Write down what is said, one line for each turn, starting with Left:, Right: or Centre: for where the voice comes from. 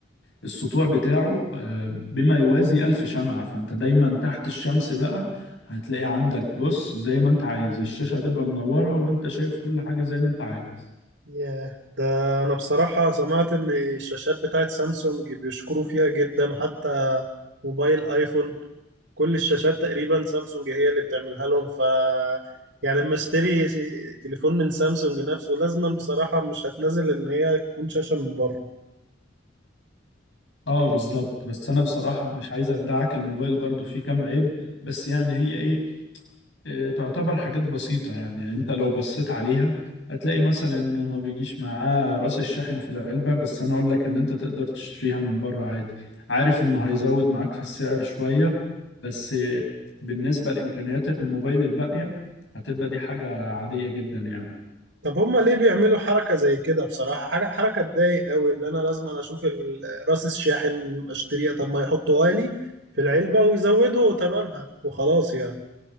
Left: السطوع بتاعه آه، بما يوازي ألف شمعة فأنت دايما تحت الشمس بقى هتلاقي عندك بص زي ما أنت عايز الشاشة هتبقى منورة وأنت شايف كل حاجة زي ما أنت عايز
Right: ياه ده انا بصراحة سمعت ان الشاشات بتاعت سامسونج بيشكروا فيها جدا حتى موبايل ايفون كل الشاشات تقريبا سامسونج هي اللي بتعملها لهم ف يعني لما اشتري س- تليفون من سامسونج نفسه لازما بصراحة مش هتنزل ان هي تكون شاشة من بره
Left: اه بالظبط بس أنا بصراحة مش عايز أخدعك الموبايل برضو فيه كام عيب بس يعني هي إيه آه، تعتبر حاجات بسيطة يعني انت لو بصيت عليها هتلاقي مثلا انه ما بيجيش معاه راس الشاحن في العلبة بس انا اقول لك ان انت تقدر تشتريها من بره عادي عارف انه هيزود معاك في السعر شوية بس آه، بالنسبة لإمكانيات الموبايل الباقية هتبقى دي حاجة عادية جدا يعني
Right: طب هما ليه بيعملوا حركة زي كده بصراحة حاجة حركة تضايق قوي اللي انا لازم أنا اشوف ال- راس الشاحن اشتريها طب ما يحطوها لي في العلبة ويزودوا ثمنها وخلاص يعني